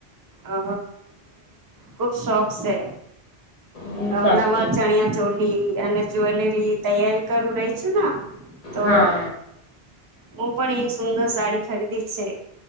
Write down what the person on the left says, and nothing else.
હમ
સાચી
હા